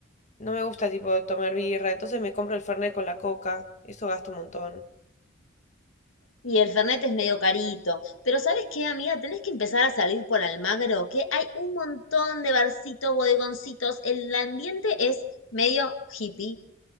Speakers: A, on the left (about 35°); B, on the left (about 85°).
A: No me gusta, tipo, tomar birra. Entonces me compro el Fernet con la coca. Eso gasto un montón.
B: Y el Fernet es medio carito. Pero ¿sabes qué, amiga? Tenés que empezar a salir por Almagro, que hay un montón de barcitos, bodegoncitos. El ambiente es medio hippie,